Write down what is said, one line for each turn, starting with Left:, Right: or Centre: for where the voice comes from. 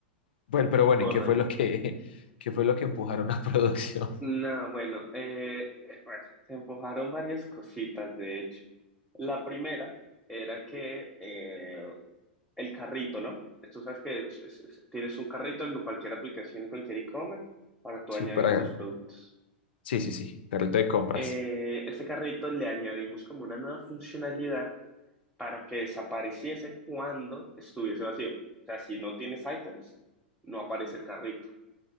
Left: Bueno, pero bueno,
Centre: correcto.
Left: ¿y qué fue lo que, <laughs> qué fue lo que empujaron a <laughs> producción?
Centre: No, bueno, eh, eh, bueno, se empujaron varias cositas, de hecho. La primera era que eh, el carrito, ¿no? Tú sabes que es- es- es- tienes un carrito en cualquier aplicación, en cualquier e-commerce, para tú
Left: Sí,
Centre: añadir
Left: para...
Centre: tus productos.
Left: Sí, sí, sí, carrito de compras.
Centre: Eh, este carrito le añadimos como una nueva funcionalidad para que desapareciese cuando estuviese vacío. O sea, si no tienes items, no aparece el carrito.